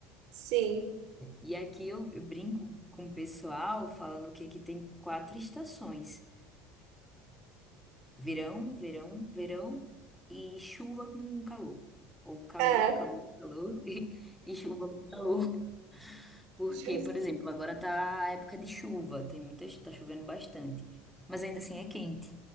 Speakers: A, on the right; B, in the centre.
A: Sim.
B: E aqui eu, eu brinco com o pessoal falando que aqui tem quatro estações: verão, verão, verão e chuva com calor. Ou calor,
A: Ah,
B: calor, calor <laughs> e, e chuva com calor. Porque,
A: justo.
B: por exemplo, agora tá a época de chuva, tem muita, tá chovendo bastante. Mas ainda assim é quente.